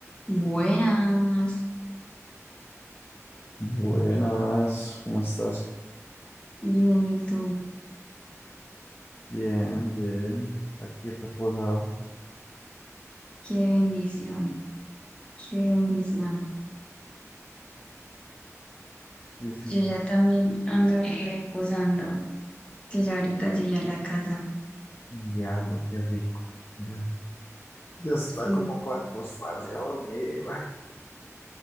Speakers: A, on the left; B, on the left.
A: Buenas,
B: Buenas, ¿cómo estás?
A: bien, ¿y tú?
B: Bien, bien, aquí reposado.
A: Qué bendición, qué bendición.
B: Sí, sí.
A: Yo ya también ando reposando, que ya ahorita llegué a la casa.
B: Diablo, qué rico. Ya. Ya está
A: Sí,
B: como para acostarse a dormir.